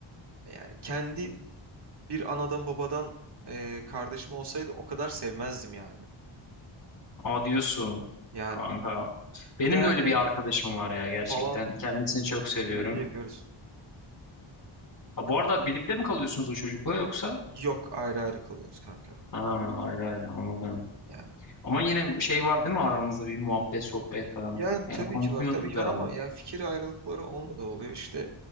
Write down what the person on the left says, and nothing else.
aa diyorsun
kanka. Benim
de öyle
bir arkadaşım var ya gerçekten.
Kendisini çok seviyorum.
Ha, bu arada birlikte mi kalıyorsunuz o çocukla yoksa?
Ha, ayrı ayrı anladım.
Ama yine şey var değil mi aranızda bir muhabbet sohbet falan.
Yani
konuşuyorsunuz
devamlı.